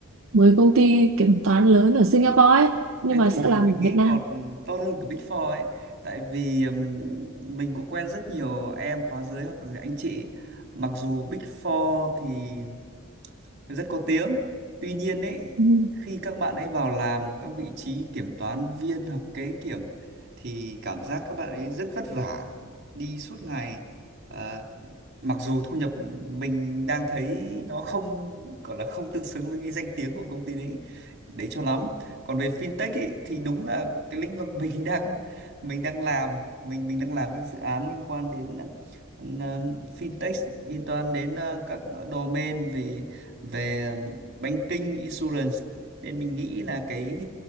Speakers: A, on the right (about 75°); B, on the right (about 55°).
A: 10 công ty kiểm toán lớn ở Singapore ấy nhưng
B: Thế
A: mà
B: thì
A: sẽ làm
B: mình
A: ở
B: nghĩ
A: Việt Nam
B: còn tốt hơn cả Big Four ấy. Tại vì ừm, mình cũng quen rất nhiều em khóa dưới hoặc là anh chị. Mặc dù Big Four thì rất có tiếng. Tuy nhiên ấy,
A: Ừ.
B: khi các bạn ấy vào làm các vị trí kiểm toán viên hoặc kế kiểm thì cảm giác các bạn ấy rất vất vả đi suốt ngày Ờ, mặc dù thu nhập mình đang thấy nó không gọi là không tương xứng với cái danh tiếng của công ty đấy đấy cho lắm còn về fintech ấy, thì đúng là cái lĩnh vực mình <laughs> đang mình đang làm mình mình đang làm các dự án liên quan đến ừm, ờ, fintech liên quan đến ờ, các domain về về ừm, banking insurance nên mình nghĩ là cái